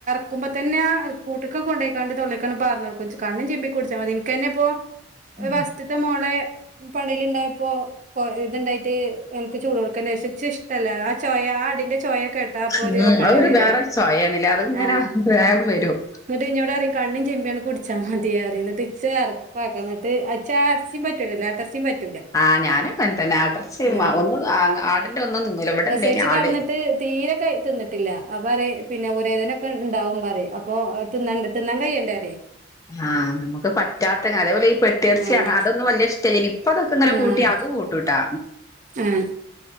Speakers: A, on the right; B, on the left.
A: ക്കുമ്പതന്നെ ആ കൂട്ട്ക്ക് കൊണ്ടയ്ക്കാണ്ട് തൊള്ളിക്കണ്ട് പാർന്നൊട്ക്കും കണ്ണും ചിമ്പി കുടിച്ചാ മതി ഇന്ക്ക്ന്നെപ്പൊ
B: ഉം
A: ഫസ്റ്റ്ത്തെമോളെ പള്ളീല് ഇണ്ടായപ്പോ കൊ ഇത്ണ്ടായിട്ട് എനിക്ക് ചൂടോടുക്കെനെ ഇച്ച് ഇഷ്ടല്ല ആ ചൊയ ആ ആടിന്റെ ചൊയ കെ ട്ടാ അപ്പൊ
B: ഉം
A: ഒര് ഓക്കാന
B: അതൊരു
A: വരല്
B: വേറെ സ്വയാണ്ല്ലേ അതിങ്ങനെ
A: ആ
B: വേഗം വരും
A: ഇന്നിട്ട് ഇന്നോട് പറയിം കണ്ണും ചിമ്പി കുടിച്ചാ മതി പറിം ഇന്നിട്ട് ഇച്ച് അറപ്പാക്കരം ഇന്നിട്ട് ഇച് ആ എറച്ചിം പറ്റൂലല്ലോ ആട്ടറച്ചീം പറ്റൂലല്ലേ
B: ആഹ് ഞാനും അങ്ങനതന്നെ ആട്ടറച്ചി ഒന്നും
A: ഏഹ്
B: ആടിന്റെ ഒന്നും തിന്നൂല ഇവിടെ
A: പ്രസവിച്ച്
B: ഇണ്ടേന്നു ആട്
A: കെടന്നിട്ട് തീരെ തിന്നിട്ടില്ല അപ്പറീം പിന്നെ ഉരവേദനൊക്കെ ഇണ്ടാവും പറീം അപ്പൊ തിന്നണ്ട തിന്നാൻ കയ്യണ്ടേറീം
B: ആഹ് നമുക്ക് പറ്റാത്ത അതേപോലെ ഈ പെട്ടി എർചി
A: ആഹ്
B: അതൊന്നും വല്ല്യ ഇഷ്ടല്ലേന്ന് ഇപ്പൊതൊക്കെങ്ങന്നെ കൂട്ടി
A: ആഹ്
B: അത്കൂട്ടുംട്ടാ
A: ആഹ്